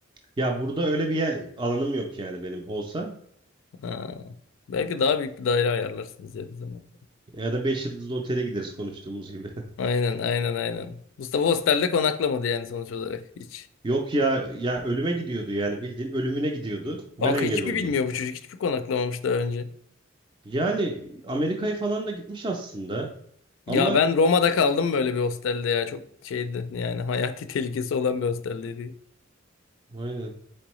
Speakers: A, on the right; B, on the left.
A: Ya burada öyle bir yer, alanım yok yani benim olsa.
B: Ha. Belki daha büyük bir daire ayarlarsınız ya bir zaman.
A: Ya da 5 yıldızlı otele gideriz konuştuğumuz gibi.
B: Aynen aynen aynen. Mustafa hostelde konaklamadı yani sonuç olarak hiç.
A: <laughs> Yok ya ya ölüme gidiyordu yani bildiğin ölümüne gidiyordu. Ben
B: Kanka
A: engel
B: hiçbir
A: oldum.
B: bilmiyor bu çocuk. Hiçbir konaklamamış daha önce.
A: Yani Amerika'ya falan da gitmiş aslında. Ama
B: Ya ben Roma'da kaldım böyle bir hostelde ya. Çok şeydi yani <laughs> hayati tehlikesi olan bir hosteldeydi.
A: aynen